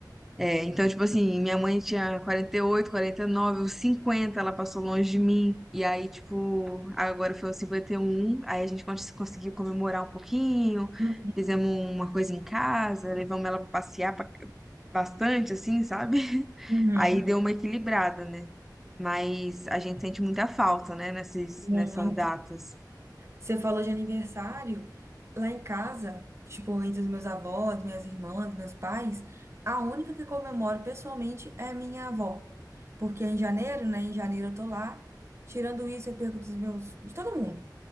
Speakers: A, in the centre; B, on the right (about 40°).
A: É, então, tipo assim, minha mãe tinha quarenta quarenta e oito quarenta e nove os 50 ela passou longe de mim, e aí, tipo, agora foi os cinquenta e um aí a gente cons- conseguiu comemorar um pouquinho,
B: Hum,
A: fizemos uma coisa em casa, levamos ela pra passear pra- bastante, assim, sabe? <laughs>
B: Uhum.
A: Aí deu uma equilibrada, né? Mas a gente sente muita falta, né, nesses,
B: Muito.
A: nessas datas.
B: Você falou de aniversário. Lá em casa, tipo, entre os meus avós, minhas irmãs, meus pais, a única que comemoro pessoalmente é minha avó. Porque em janeiro, né? Em janeiro eu tô lá. Tirando isso, eu perco dos meus, de todo mundo.